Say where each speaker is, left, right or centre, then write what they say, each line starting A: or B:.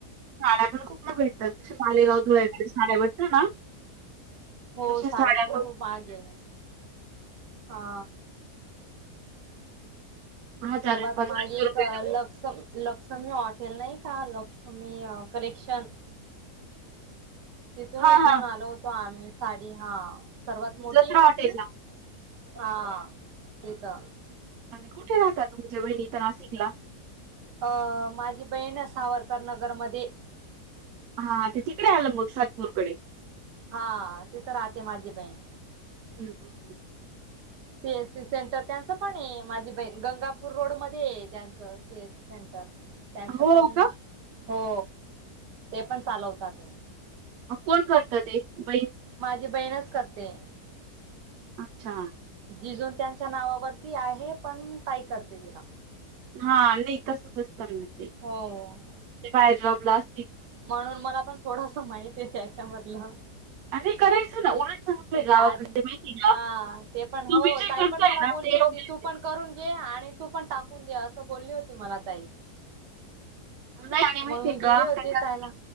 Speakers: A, on the right (about 65°); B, on the right (about 85°).
A: साड्या पण खूप म भेटतत <unintelligible> साड्या भेटतात ना.
B: हो
A: तशा
B: साडे
A: साड्या
B: पण खूप माहागे हा.
A: हजार
B: सर्वात
A: पंधराशे
B: मागे एक
A: रुपये
B: अ लक्ष लक्षमी ऑटेल नाही का लक्ष्मी करेक्शन. तिथूनच
A: हा हा
B: घेऊन आलो होतो आम्ही साडी हा सर्वात मोठी
A: जत्रा
B: ये ना
A: हॉटेलला
B: ती. हा ते त.
A: आणि कुठे होता तुमच्या वहिणी तर नाशिकला.
B: अ माझी बहीण सावरकर नगरमध्ये.
A: हा ते तिकडे आलं <unintelligible> सातपूरकडे.
B: हा तिथं राहते माझी बहीण.
A: हम्म हम्म.
B: सी एस सी सेंटर त्यांचं पण ये. माझी बहीण गंगापूर रोड मध्ये ये त्यांचं सी एस सेंटर त्यांच
A: हो
B: पण
A: का?
B: हो ते पण चालवताते.
A: अ कोण करत ते बाईन?
B: माझी बहीणच करते.
A: अच्छा.
B: जिजून त्यांच्या नावावरती आहे. पण ताई करते तिला.
A: हा नाही <unintelligible>
B: हो.
A: ते बाहेर जॉबला अस
B: म्हणून मला पण थोडस माहिती ये त्याच्यामधलं.
A: आणि करायच ना उलट चांगलं
B: म्हणजे
A: आहे गावाकडे
B: आ
A: माहिती आहे
B: हा
A: का
B: ते पण हो
A: तुम्ही जे
B: ताई
A: करताय
B: पण मला बोल्ली
A: ना ते
B: होती
A: योग्य
B: तू पण करून घे आणि तू पण टाकून दे असं बोलली होती मला ताई.
A: नाही आणि माहितीय
B: मग मी गेले
A: का
B: होते
A: त्याच्यात
B: त्यायला